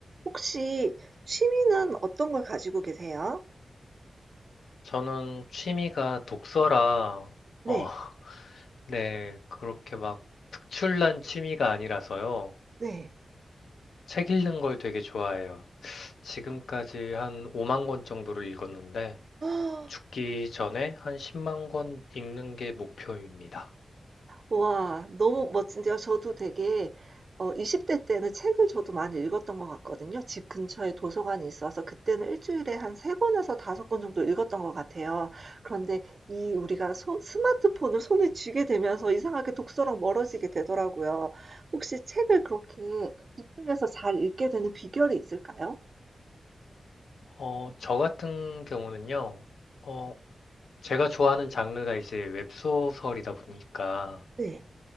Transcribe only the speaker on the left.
저는 취미가 독서라,
어, <laughs> 네, 그렇게 막 특출난 취미가 아니라서요.
책 읽는 걸 되게 좋아해요. 지금까지 한 5만 권 정도를 읽었는데,
죽기 전에 한 10만 권 읽는 게 목표입니다.
어, 저 같은 경우는요, 어, 제가 좋아하는 장르가 이제 웹소설이다 보니까,